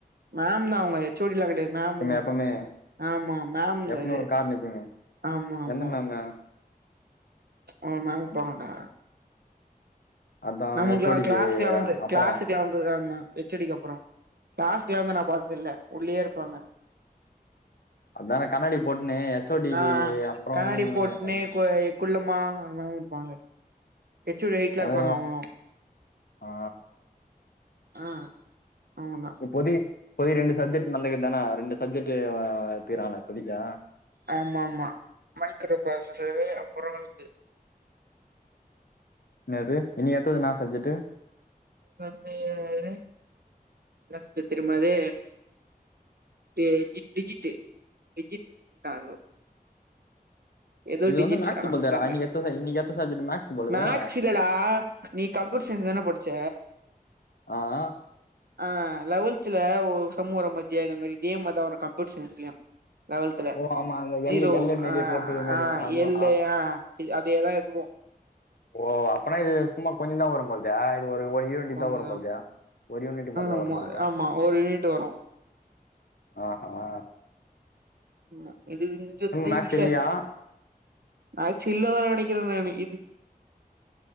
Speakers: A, on the right (about 80°); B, on the left (about 75°).
A: மாம் தா அவுங்க ஹெச் ஓ டிலா கெடையாது மாம் தா
B: எப்பவுமே
A: ஆமா மாம்தா
B: எப்பவுமே
A: இது
B: ஒரு கார் நிக்குமே
A: ஆமாம்மா
B: எந்த மேமு
A: ஒரு மாம் இருப்பாங்கடா
B: அதா
A: நம்ளுக்குலா
B: ஹெச் ஓ டிக்கு
A: க்ளாஸ்குலா வந்து
B: அப்புறோ
A: கிளாஸுக்குலா வந்துது ஆமா ஹெச் ஓ டிக்கு அப்றோ பாஸ்கில்லாம நா பாத்து இல்ல உள்ளயே இருப்பாங்க
B: அதான கண்ணாடி போட்னு எச் ஓ டிக்கு
A: ஆ
B: அப்றோ
A: கண்ணாடி
B: வே
A: போட்னு
B: அதா
A: கு குள்ளமா அந் மாதி இர்ப்பாங்க ஹெச் ஓ டி ஹைட்ல
B: அது
A: இருப்பாங்க அவுங்களு
B: ஆ
A: ஆ அவுங்கதா
B: இப்பொதி பொதி ரெண்டு சப்ஜெக்ட் மண்டைகதானா ரெண்டு சப்ஜெட்டு அவன் அவ எட்த்துக்குறாங்க புதிதா
A: ஆமா ஆமா மைக்ரோ ப்ராசசரு அப்றோ இது
B: என்னது இனி அட்த்தது என்னா சப்ஜெக்டு
A: வந்து என்ன சப்ஜெக்ட் தெரிமா அது டி ஐ டிஜிட்டு டிஜிட் தா அதுவு ஏதோ
B: இது
A: டிஜிட்
B: வந்து மேக்ஸ்
A: ஆனா
B: போல்தேடா
A: தெர்ல
B: இன்னைக்கு எத்த இன்னைக்கு எத்த சப்ஜெக்ட் மேக்ஸ் போலவே
A: மக்ஸ் இல்லடா நீ கம்ப்யூ கூட்டு சேந்துதான படிச்ச
B: அ ஆ
A: ஆ லெவெல்த்ல ஒரு சம் வரும் பாத்தியா இந்த மாரி இதேமாரிதா வரு கம்ப்யூட்டர் சயின்ஸ்லயு லெவல்தல
B: ஓ ஆமா அந்த
A: ஜீரோ
B: எல் எல்ல மாரி
A: ஆ
B: போட்டு மாரி
A: ஆ
B: அதுவா
A: எள்ளு ஆ அதேதா இதுவு
B: ஓ அப்பனா இது சும்மா கொஞ்சதா வரும்போல்தே ஒரு ஒரு யூனிட்தா
A: கொஞ்சம்
B: வரும் பாக்குறிய ஒரு யூனிட் மட்டுந்தா
A: ஆமா
B: வரபோகுதா
A: ஆமா ஒரு யூனிட் வரும்
B: ஆ ஆ
A: ம் இது <unintelligible> இப்பதா
B: மேக்ஸ்
A: ஈசியா
B: இல்லையா
A: நா சொல்லவர நெனைக்கிற நானு இது